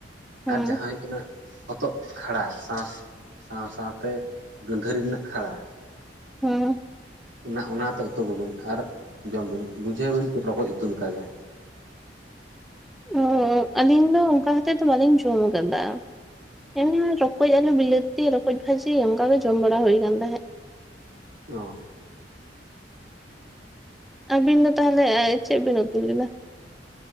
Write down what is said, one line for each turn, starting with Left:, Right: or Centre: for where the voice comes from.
Centre: ᱦᱩᱸ
Right: ᱟᱨ ᱡᱟᱦᱟᱸ ᱦᱩᱭᱩᱜ ᱠᱟᱱᱟ ᱦᱚᱛᱚᱫ ᱠᱷᱟᱲᱟ ᱥᱟᱶ ᱥᱟᱶ ᱥᱟᱶ ᱛᱮ ᱜᱟᱹᱫᱷᱟᱹᱨᱤ ᱨᱮᱱᱟᱜ ᱠᱷᱟᱲᱟ᱾
Centre: ᱦᱩᱸ
Right: ᱚᱱᱟ ᱚᱱᱟᱛᱮ ᱩᱛᱩ ᱠᱚᱵᱤᱱ ᱟᱨ ᱡᱚᱢ ᱵᱤᱱ ᱵᱩᱡᱷᱟᱹᱣ ᱵᱤᱱᱯᱩᱨ ᱨᱚᱠᱚᱡ ᱩᱛᱩ ᱞᱮᱠᱟᱜᱮ
Centre: ᱚᱸ ᱟᱹᱞᱤᱧ ᱫᱚ ᱚᱱᱠᱟ ᱦᱚᱛᱮᱜ ᱛᱮ ᱵᱟᱹᱞᱤᱧ ᱡᱚᱢ ᱟᱠᱟᱫᱟ᱾ ᱮᱢᱱᱤ ᱨᱚᱠᱚᱡ ᱟᱞᱩ ᱵᱤᱞᱟᱹᱛᱤ ᱨᱚᱠᱚᱡ ᱵᱷᱟᱡᱤ ᱚᱱᱠᱟ ᱜᱮ ᱡᱚᱢ ᱵᱟᱲᱟ ᱦᱩᱭ ᱠᱟᱱᱟᱱ ᱛᱟᱦᱮᱸᱫ᱾
Right: ᱚᱻ
Centre: ᱟᱹᱵᱤᱱ ᱫᱚ ᱛᱟᱦᱚᱞᱮ ᱪᱮᱫ ᱵᱤᱱ ᱩᱛᱩ ᱞᱮᱫᱟ?